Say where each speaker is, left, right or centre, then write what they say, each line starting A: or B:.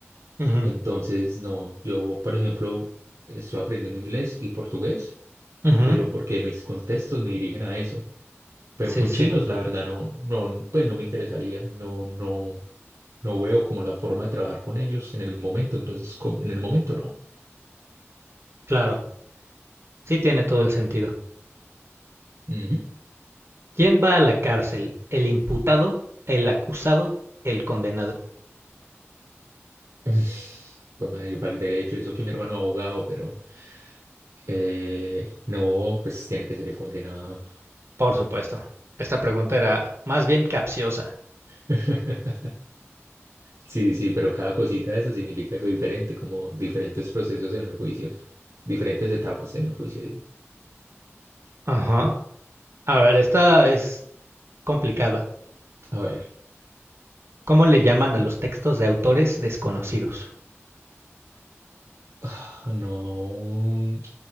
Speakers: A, on the right (about 55°); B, on the right (about 75°).
A: Ujú.
B: Entonces, no, yo, por ejemplo, estoy aprendiendo inglés y portugués.
A: Ujú,
B: pero porque mis contextos me dirigen a eso. Pero
A: Sí,
B: con
A: sí,
B: chinos, la verdad, no, no, pues no me interesaría, no, no, no veo como la forma de trabajar con ellos en el momento, entonces con- en el momento no.
A: claro. Sí tiene todo el sentido.
B: Ujú. <laughs>
A: ¿Quién va a la cárcel? ¿El imputado, el acusado, el condenado?
B: <sighs> Pues madre, yo para el derecho, eso que mi hermano es abogado, pero eh, no, pues tiene que ser el condenado.
A: Por supuesto. Esta pregunta era más bien capciosa.
B: <laughs> Sí, sí, pero cada cosita de eso significa algo diferente, como diferentes procesos en el juicio, diferentes etapas en el juicio.
A: Ajá. A ver, esta es complicada.
B: A ver,
A: ¿Cómo le llaman a los textos de autores desconocidos?
B: <sighs> no.